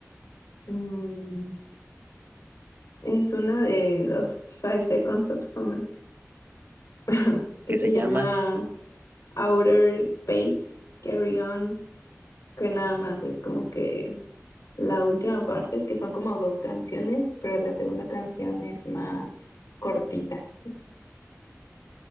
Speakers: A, on the left (about 85°); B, on the right (about 40°).
A: Mm, es una de los Five Seconds of Summer <laughs> que
B: que
A: se
B: se
A: llama
B: llama
A: Outer Space Carry On, que nada más es como que la última parte es que son como dos canciones, pero la segunda canción es más cortita. Es-